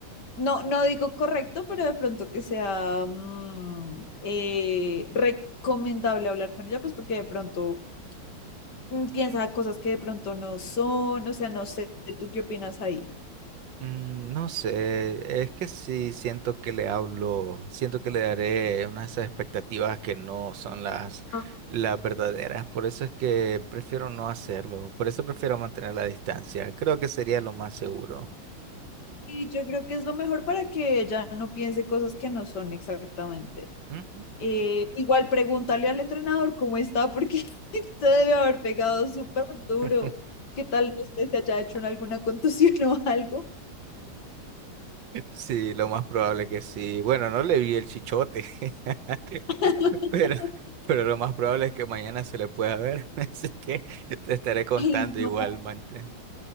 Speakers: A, on the left; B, on the right.
A: no, no digo correcto, pero de pronto que sea mm, eh, recomendable hablar con ella, pues porque de pronto mm, piensa cosas que de pronto no son, o sea, no sé, ¿tú qué opinas ahí?
B: Mm, No sé, es que sí siento que le hablo, siento que le daré unas expectativas que no son las,
A: Ah,
B: las verdaderas, por eso es que prefiero no hacerlo, por eso prefiero mantener la distancia, creo que sería lo más seguro.
A: Y yo creo que es lo mejor para que ella no piense cosas que no son exactamente.
B: Ujú.
A: Eh, igual pregúntale al entrenador cómo está, porque <laughs> se debe haber pegado súper duro.
B: <laughs>
A: ¿Qué tal no sé si haya hecho en alguna contusión o algo?
B: Sí, lo más probable que sí. Bueno, no le vi el chichote, <laughs>
A: <laughs>
B: pero, pero lo más probable es que mañana se le pueda ver, <laughs> así que te estaré contando
A: Ay, no,
B: igualmente.